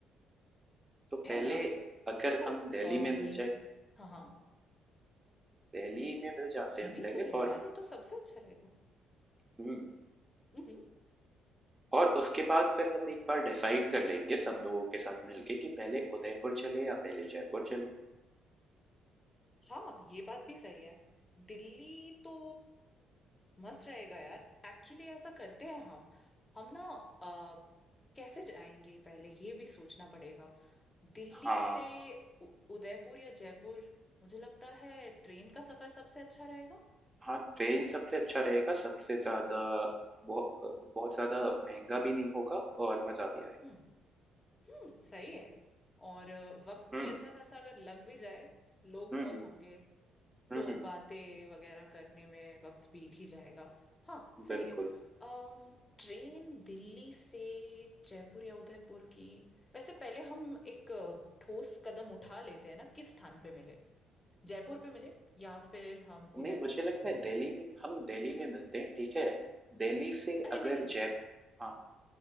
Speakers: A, on the right (about 20°); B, on the left (about 20°).
A: तो पहले
B: है ना
A: अगर
B: देखो
A: हम दिल्ली
B: अ,
A: में मिल
B: मेरे
A: जाए
B: हाँ हाँ
A: दिल्ली में मिल जाते हैं
B: ये
A: हम
B: भी
A: पहले
B: सही है
A: और
B: यार ये तो सबसे अच्छा रहेगा
A: हुँ,
B: हम्म, हम्म।
A: और उसके बाद फिर हम एक बार डिसाइड कर लेंगे सब लोगों के साथ मिल के कि पहले उदयपुर चले या पहले जयपुर चले।
B: हाँ ये बात भी सही है दिल्ली तो मस्त रहेगा यार एक्चुअली ऐसा करते हैं हम हम ना अ, कैसे जाएंगे पहले ये भी सोचना पड़ेगा दिल्ली
A: हाँ,
B: से उ- उदयपुर या जयपुर मुझे लगता है ट्रेन का सफर सबसे अच्छा रहेगा
A: हाँ, ट्रेन सबसे अच्छा रहेगा, सबसे ज़्यादा बहु अ, बहुत ज़्यादा महँगा भी नहीं होगा और मज़ा भी आएगा।
B: हम्म हम्म सही है और अ, वक्त
A: हुँ,
B: भी अच्छा खासा अगर लग भी जाए लोग
A: हुँ,
B: बहुत
A: हुँ,
B: होंगे
A: हुँ,
B: तो
A: हुँ,
B: बातें वगैरह करने में वक्त बीत ही जाएगा हाँ सही
A: बिल्कुल।
B: है अम ट्रेन दिल्ली से जयपुर या उदयपुर की वैसे पहले हम एक अ, ठोस कदम उठा लेते हैं ना किस स्थान पे मिले जयपुर पे मिले या फिर हम उदयपुर
A: नहीं मुझे लगता
B: में मिले
A: है दिल्ली में हम दिल्ली में मिलते हैं ठीक है दिल्ली से
B: अरे
A: अगर
B: नहीं नहीं
A: जयपुर हाँ